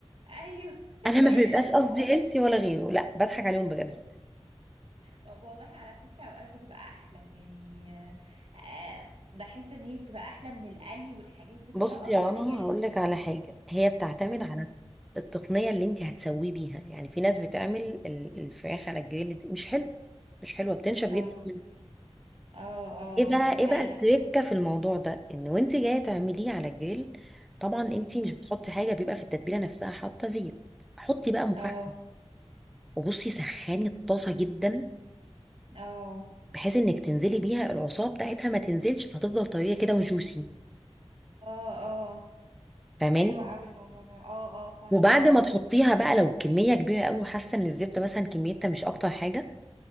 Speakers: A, on the right; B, in the centre.
A: ايوه
B: <laughs> انا ما بيبقاش قصدي
A: <laughs> و...
B: هيلسي ولا غيره لا بضحك عليهم بجد
A: طب والله على فكرة اوقات بتبقى احلى يعني آه، بحس ان هي بتبقى احلى من القلي والحاجات دي كلها
B: بصي
A: اه طبعا
B: يا رنا
A: هي ال...
B: هقول لك على حاجه هي بتعتمد
A: مم.
B: على التقنيه اللي انت هتسويه بيها يعني في ناس بتعمل ال- الفراخ على الجريل دي مش حلو مش حلوه بتنشف
A: اه
B: جدا منه.
A: اه
B: ايه
A: اه
B: بقى
A: دي
B: ايه
A: حقيقة
B: بقى التركه
A: فعلا
B: في الموضوع ده ان وانت جايه تعمليه على الجريل طبعا انت
A: مم.
B: مش بتحطي حاجه بيبقى في التتبيله نفسها حاطه زيت حطي بقى مكعب
A: اه
B: وبصي سخني الطاسه جدا
A: اه
B: بحيث انك تنزلي بيها العصاره بتاعتها ما تنزلش فتفضل طريه كده وجوسي
A: اه اه
B: فاهماني
A: حلو قوي الموضوع ده اه اه فاهمة
B: وبعد
A: اه
B: ما تحطيها بقى لو كميه كبيره قوي حاسه ان الزبده مثلا كميتها مش اكتر حاجه